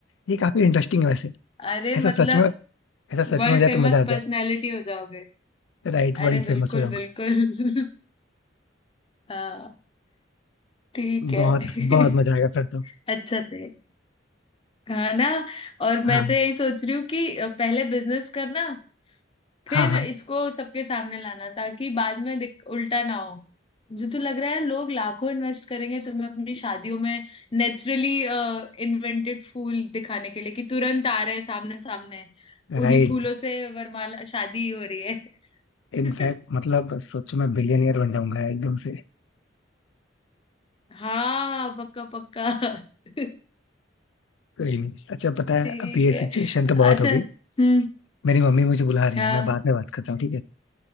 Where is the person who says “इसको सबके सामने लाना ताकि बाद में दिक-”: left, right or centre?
Left